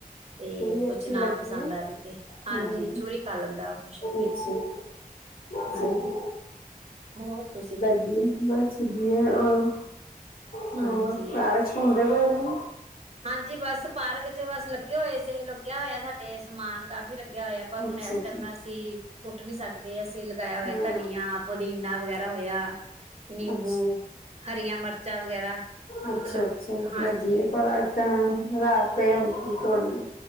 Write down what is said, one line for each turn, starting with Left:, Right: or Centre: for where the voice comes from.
Right: ਤੇ,
Left: ਚੂਰੀ
Right: ਕੁਛ
Left: ਅੱਛੀ
Right: ਨਾ
Left: ਲੱਗਦੀ
Right: ਪਸੰਦ
Left: ਹੈ
Right: ਆਵੇ ਤੇ, ਹਾਂਜੀ।
Left: ਹਮ
Right: ਚੂਰੀ ਖਾ ਲੈਂਦਾ ਉਹ ਖੁਸ਼ ਹੋਕੇ।
Left: ਅੱਛਾ ਅੱਛਾ
Right: ਹਾਂਜੀ। ਹੋਰ, ਤੁਸੀਂ
Left: ਬ ਸੁਧੀ ਹੋਰ, ਹੋਰ
Right: ਹਾਂਜੀ
Left: ਪਰ ਚ' ਘੁੰਮਦੇ ਪਏਦੇ।
Right: ਹਾਂਜੀ, ਬਸ ਪਾਰਕ ਚ, ਬਸ ਲੱਗੇ ਹੋਏ ਸੀ। ਲੁਗਿਆ ਹੋਇਆ ਸਾਡੇ ਸਮਾਨ ਕਾਫੀ ਲੱਗਿਆ ਹੋਇਆ। ਪਰ ਹੁਣ
Left: ਅੱਛਾ
Right: ਇਸ
Left: ਅੱਛਾ
Right: ਟਾਈਮ ਅਸੀਂ ਪੁੱਟ ਨੀ ਸਕਦੇ। ਅਸੀਂ ਲਗਾਇਆ ਹੋਇਆ
Left: ਹਾਂ
Right: ਧਨੀਆ ਪੁਦੀਨਾ ਵਗੈਰਾ ਹੋਇਆ, ਨਿੰਬੂ,
Left: ਅੱਛਾ
Right: ਹਰੀਆਂ ਮਿਰਚਾਂ ਵਗੈਰਾ
Left: ਅੱਛਾ-
Right: ਮਤਲਬ
Left: ਅੱਛਾ
Right: ਹਾਂਜੀ
Left: ਲੱਗੀ ਨੇ ਕੋ ਰਾਤ ਹ ਤੋੜਨਾ